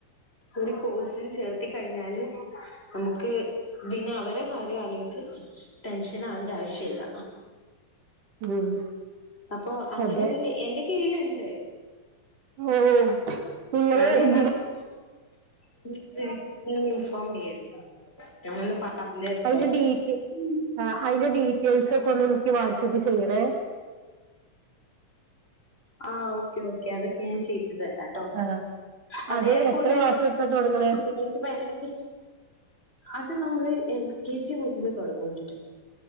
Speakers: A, on the left; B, on the right.
A: ഒരു കോഴ്സ് ചേർത്തി കഴിഞ്ഞാല് നമുക്ക് പിന്നെ അവരെ കാര്യം ആലോചിച്ച് ടെൻഷൻ ആവേണ്ട ആവശ്യമില്ല
B: ഉം
A: അപ്പൊ അങ്ങനെ
B: അതെ
A: എന്റെ കയ്യിലുണ്ട്
B: ഓ നിങ്ങളെ
A: ഞാൻ ഏതായാലും
B: ഇ
A: <inaudible>
B: അതിന്റെ ഡീറ്റെയിൽ ആ അതിന്റെ ഡീറ്റെയിൽസ് ഒക്കെ ഒന്ന് എനിക്ക് വാട്സ്ആപ്പ് ചെയ്യണേ.
A: ആ ഓക്കെ ഓക്കെ അതൊക്കെ ഞാൻ ചെയ്തു തരാംട്ടോ
B: ആ
A: അതേപോലെ
B: അത് എത്ര മാസം തൊട്ടാ തുടങ്ങണേ
A: കുട്ടികൾക്ക് വേണങ്കിൽ അത് നമ്മള് എൽ കെ ജി മുതൽ തുടങ്ങുന്നുണ്ട്